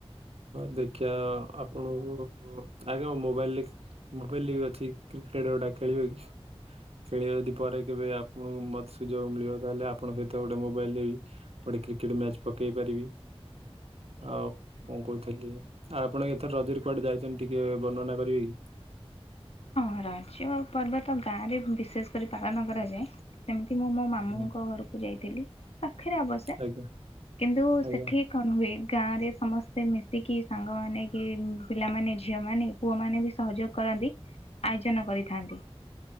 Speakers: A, on the right; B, on the left.
A: ହଁ ଦେଖିଆ ଆପଣଙ୍କୁ ଆଜ୍ଞା ମ ମୋବାଇଲରେ ମୋବାଇଲ ବି ଅଛି, କ୍ରିକେଟ ଗୋଟା ଖେଳିବ କି? ଖେଳିବ ଯଦି ପରେ କେବେ ଆପଣଙ୍କୁ ମୋତେ ସୁଯୋଗ ମିଳିବ ତାହେଲେ ଆପଣଙ୍କ ସହିତ ଗୋଟେ ମୋବାଇଲରେ ବି ଗୋଟେ କ୍ରିକେଟ ମ୍ୟାଚ ପକେଇ ପାରିବି। ଆଉ
B: ହଉ
A: କଣ
B: ଠିକ
A: କହୁଥିଲି?
B: ଅଛି।
A: ଆଉ ଆପଣ ଏଥର ରଜରେ କୁଆଡେ ଯାଇଛନ୍ତି ଟିକେ ବର୍ଣ୍ଣନା କରିବେ କି?
B: ହଁ ରଜ ପର୍ବ ତ ଗାଁରେ ବିଶେଷ କରି ପାଳନ କରାଯାଏ। ଯେମତି ମୁଁ ମୋ ମା ମାମୁଁଙ୍କ
A: ହୁଁ,
B: ଘରକୁ ଯାଇଥିଲି, ପାଖରେ ଅବଶ୍ୟ।
A: ଆଜ୍ଞା
B: କିନ୍ତୁ
A: ଆଜ୍ଞା
B: ସେଠି କଣ ହୁଏ, ଗାଁରେ ସମସ୍ତେ ମିଶିକି ସାଙ୍ଗମାନେ କି ପିଲାମାନେ, ଝିଅମାନେ, କି ପୁଅମାନେ ବି ସହଯୋଗ କରନ୍ତି। ଆୟୋଜନ କରିଥାନ୍ତି।